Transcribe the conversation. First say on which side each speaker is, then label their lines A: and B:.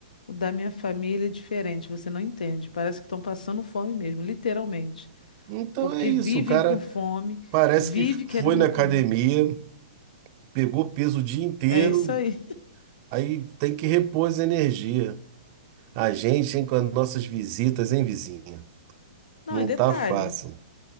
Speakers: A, on the left (about 75°); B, on the right (about 40°).
A: O da minha família é diferente, você não entende. Parece que estão passando fome mesmo, literalmente.
B: Então
A: Porque
B: é isso,
A: vivem
B: o cara
A: com fome,
B: parece
A: vive
B: que foi
A: querendo
B: na academia,
A: comer.
B: pegou peso o dia inteiro,
A: É isso aí.
B: aí tem que repor as energias. A gente, hein, com as nossas visitas, hein, vizinha?
A: Não,
B: Não
A: e detalhe,
B: tá fácil,